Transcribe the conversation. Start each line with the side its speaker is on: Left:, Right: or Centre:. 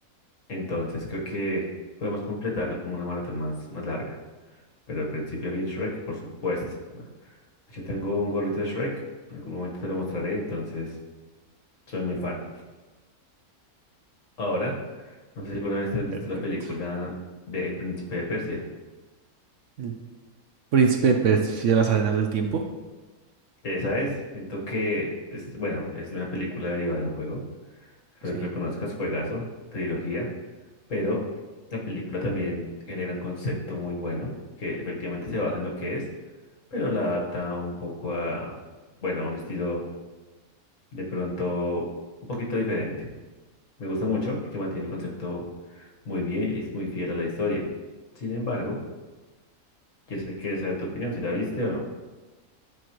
Left: Entonces, creo que podemos completarlo como una maratón más, más larga. Pero de principio a fin, Shrek, por supuesto. ¿no? Yo tengo un gorrito de Shrek, en algún momento te lo mostraré, entonces soy muy fan. Ahora, no sé si alguna vez te has visto
Right: Perfecto.
Left: la película de El Príncipe de Persia.
Right: El príncipe persigue las arenas del tiempo.
Left: Esa es, siento que, es, bueno, es una película derivada de un juego. Espero
Right: Sí.
Left: que lo conozcas, juegazo, trilogía. Pero la película también genera un concepto muy bueno, que efectivamente se basa en lo que es, pero la adapta un poco a, bueno, a un estilo de pronto un poquito diferente. Me gusta mucho porque mantiene el concepto muy bien y es muy fiel a la historia. Sin embargo, quieres quieres saber tu opinión, si la viste o no.